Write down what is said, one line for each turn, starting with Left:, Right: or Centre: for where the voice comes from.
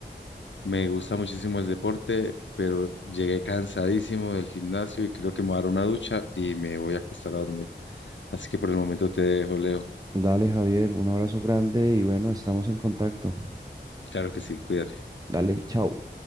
Left: me gusta muchísimo el deporte, pero llegué cansadísimo del gimnasio y creo que me voy a dar una ducha y me voy a acostar a dormir. Así que por el momento te dejo, Leo.
Right: Dale, Javier, un abrazo grande y bueno, estamos en contacto.
Left: Claro que sí, cuídate.
Right: Dale, chao.